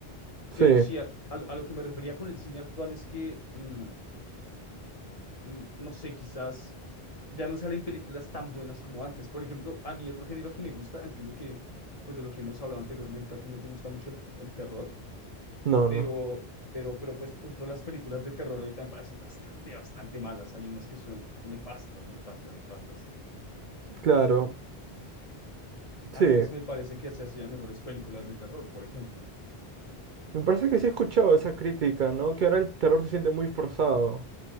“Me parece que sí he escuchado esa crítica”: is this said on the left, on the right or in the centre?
Right